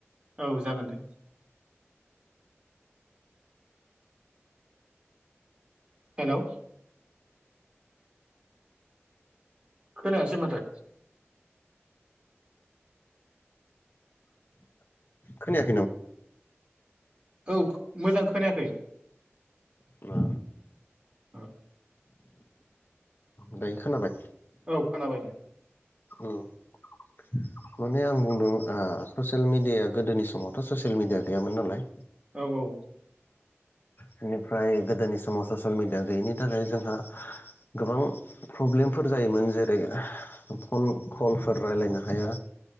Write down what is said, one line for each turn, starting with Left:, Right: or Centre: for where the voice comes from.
Right: औ जागोन दे हेल' खोनायासै माथो
Left: खोनाया
Right: औ मोजां खोनायाखै
Left: ओ
Right: औ।
Left: दायो खोनाबाय
Right: औ खोनाबाय दे
Left: उम। <inaudible> माने आं बुंदों ओ ससियेल मिडिया गोदोनि समावथ' ससियेल मिडिया गैयामोन नालाय
Right: औ औ।
Left: बेनिफ्राय गोदोनि समाव ससियेल मेडिया गैयैनि थाखाय जोंहा गोबां प्रब्लेमफोर जायोमोन जेरै फन कलफोर राय्लायनो हाया